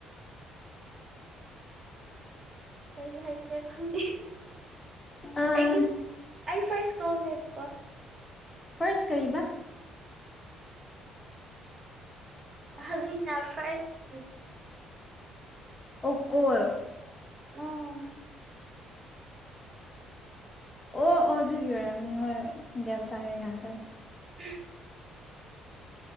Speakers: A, on the right (about 25°); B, on the left (about 15°).
A: ꯀꯩ ꯍꯥꯏꯁꯤꯔ ꯈꯪꯗꯦ
B: ꯑꯥ
A: ꯑꯩꯒꯤ ꯑꯩ ꯐꯥꯔꯁ ꯀꯣꯜꯅꯦꯕꯀꯣ
B: ꯐꯥꯔꯁ ꯀꯩꯕ
A: ꯍꯧꯖꯤꯛꯅ ꯐꯥꯔꯁ
B: ꯑꫭ ꯀꯣꯜ
A: ꯑꯝ
B: ꯑꯣ ꯑꯣ ꯑꯗꯨꯒꯤ ꯑꯣꯏꯔꯝꯅꯤ ꯍꯣꯏ ꯍꯣꯏ ꯒ꯭ꯌꯥꯟ ꯇꯥꯔꯦ ꯌꯥꯟ ꯇꯥꯔꯦ
A: <inaudible>